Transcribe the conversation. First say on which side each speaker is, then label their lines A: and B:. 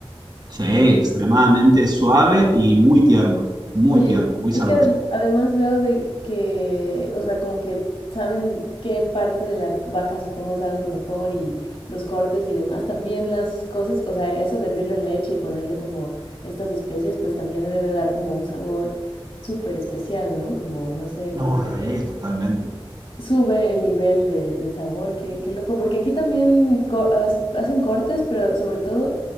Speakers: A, on the right (about 50°); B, on the left (about 80°).
A: Sí, extremadamente suave y muy tierno, muy
B: Oye,
A: tierno, muy
B: es
A: sabroso.
B: que adem- además veo de que, o sea, como que saben qué parte de la vaca supongo saben mejor y los cortes y demás. También las cosas, o sea, eso de hervirlo en leche y ponerle como estas especias, pues también le debe dar como un sabor súper especial, ¿no? Como, no sé,
A: No,
B: como que
A: re, totalmente.
B: sube el nivel de, de sabor, qué, qué loco. Porque aquí también co- as- hacen cortes, pero sobre todo...